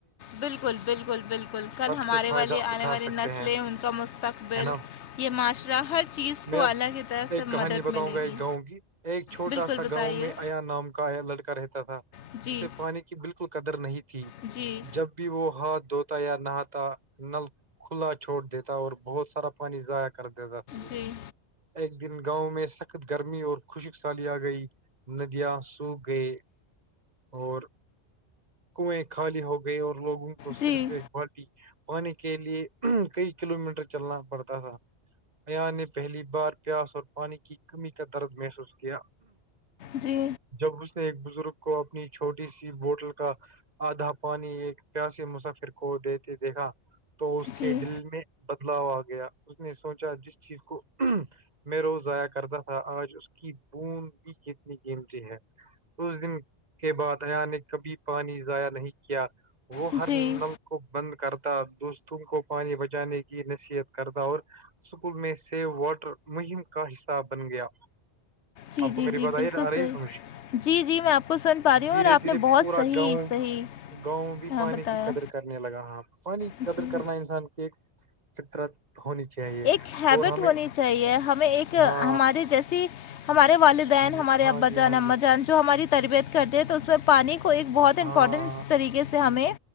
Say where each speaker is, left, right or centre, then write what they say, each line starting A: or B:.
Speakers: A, on the left; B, on the right.
A: بالکل بالکل بالکل کل ہمارے
B: سے فائدہ
A: والی
B: اٹھا
A: آنے والی
B: سکتے
A: نسلیں
B: ہیں
A: ان کا مستقبل
B: ہے نا
A: یہ معاشرہ ہر چیز
B: میں
A: کو
B: اب
A: اللہ کی طرف
B: ایک
A: سے
B: کہانی
A: مدد
B: بتاؤں
A: ملے
B: گا ایک
A: گی
B: گاؤں کی ایک چھوٹا
A: بالکل
B: سا
A: بتائیے
B: گاؤں میں ایا نام کا لڑکا رہتا تھا
A: جی
B: اسے پانی کی بالکل قدر نہیں تھی
A: جی
B: جب بھی وہ ہاتھ دھوتا یا نہاتا نل کھلا چھوڑ دیتا اور بہت سارا پانی ضائع کر دیتا تھا وہ
A: جی
B: ایک دن گاؤں میں سخت گرمی اور خشک سالی آ گئی ندیاں سو گئے اور کنویں خالی ہو گئی اور لوگوں کو
A: جی
B: صرف ایک بالٹی پانی کے لیے کئی کلو میٹر چلنا پڑتا تھا نی پہلی بار پیاس اور پانی کی کمی کا درد محسوس کیا
A: جی
B: جب اس نے ایک بزرگ کو اپنی چھوٹی سی بوٹل کا آدھا پانی ایک پیاسی مسافر کو دیتے دیکھا تو اس
A: جی
B: کے دل میں بدلاؤ آ گیا اس نے سوچا جس چیز کو میں روز ضائیا کرتا تھا آج اس کی بند بھی کتنی قیمتی ہے اس دن کے بعد آیا نے کبھی پانی ضائع نہیں کیا وہ
A: جی
B: ہر نلک کو بند کرتا دوستوں کو پانی بچانے کی نصیحت کرتا اور سکول میں واٹر مہم کا حصہ بن گیا
A: جی
B: آپ کو
A: جی
B: میری
A: جی
B: بات آئی
A: بالکل
B: آ رہی
A: صحیح
B: ہے سمجھ
A: جی جی میں آپ کو سن پا رہی ہوں
B: دھیرے
A: اور آپ
B: دھیرے
A: نے بہت
B: پورا
A: صحیح
B: گاؤں
A: صحیح
B: گاؤں میں بھی
A: ہاں
B: پانی
A: بتایا
B: کی قدر کرنے لگا ہ پانی کی
A: جی
B: قدر کرنا انسان کی ایک فطرت ہونی چاہیے
A: ایک ہیبٹ
B: ہمیں
A: ہونی چاہیے ہمیں ایک
B: ہاں
A: ہمارے جیسی ہمارے والد دین
B: ہاں جی
A: ہمارے
B: ہاں
A: ابا
B: جی
A: جان
B: ہاں
A: اما
B: جی
A: جان جو ہماری تربیت کرتے ہیں تو اس پانی کو ایک بہت امپورٹنٹ
B: ہاں
A: طریقے سے ہمیں